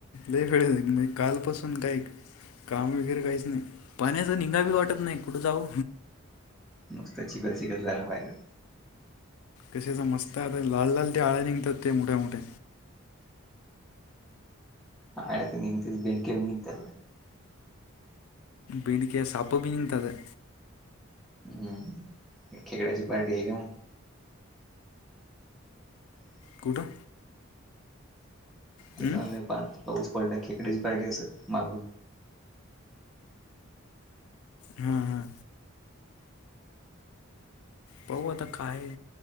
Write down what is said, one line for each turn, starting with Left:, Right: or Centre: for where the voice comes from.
Left: लय पडेल कालपासून काही काम वगैरे काहीच नाही पाण्याचं निगाव बी वाटत नाही कुठं जाऊ?
Centre: नुसत चीखल चीखल झाला भायेर
Left: कशाच मस्त आता लाल लाल त्या आळा्या निघतात ते मोठ्या मोठे
Centre: हा आता निघतेच बेडके पण निघतात.
Left: बिड के साप बि निघत.
Centre: हम्म खेकड्याची पार्टी आहे का मग? <inaudible>
Left: कुठं? हम्म?
Centre: ते चांगल पा पाऊस पडला खेकडीची पार्टी असेल माग
Left: हम्म हम्म. पाहू आता काय?